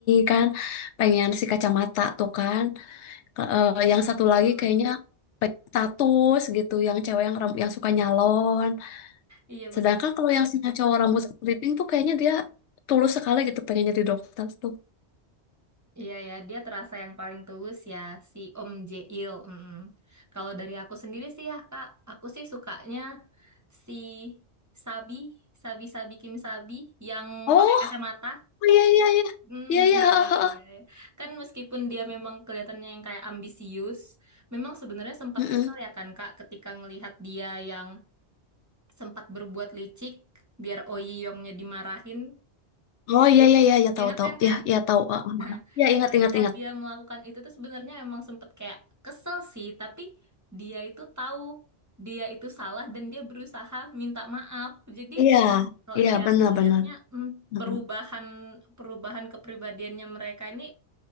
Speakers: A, on the left (about 85°); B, on the right (about 20°).
A: kan pengen si kacamata tuh kan Ke- eh,
B: Iya
A: yang
B: betul.
A: satu lagi kayaknya pengen status gitu yang cewek yang ram- yang suka nyalon
B: Iya betul.
A: sedangkan kalau yang si cowok rambut keriting tuh kayaknya dia tulus sekali gitu pengen jadi dokter tuh
B: Iya ya, dia terasa yang paling tulus ya, si Om Jeil. mm Kalau dari aku sendiri sih ya Kak, aku sih sukanya si Sabi, Sabi Sabi Kim Sabi yang
A: oh oh,
B: pakai kacamata.
A: iya iya iya
B: Hmm,
A: iya iya
B: iya,
A: heeh,
B: iya,
A: heeh.
B: iya. iya. Kan meskipun dia memang kelihatannya yang kayak ambisius, memang sebenarnya sempat
A: Mm-mm.
B: kesel ya kan Kak ketika ngelihat dia yang sempat berbuat licik biar Oh Ji Yongnya dimarahin.
A: oh iya iya iya ya
B: Ya,
A: tahu
B: Ingat
A: tahu
B: kan Kak?
A: ya ya tahu heeh,
B: Nah,
A: heeh. ya ingat
B: ketika
A: ingat ingat
B: dia melakukan itu tuh sebenarnya emang sempet kayak kesel sih, tapi dia itu tahu dia itu salah dan dia berusaha minta maaf. Jadi
A: Iya,
B: kalau
A: iya
B: dari
A: benar-benar.
B: aku ngelihatnya mm,
A: benar.
B: perubahan perubahan kepribadiannya mereka ini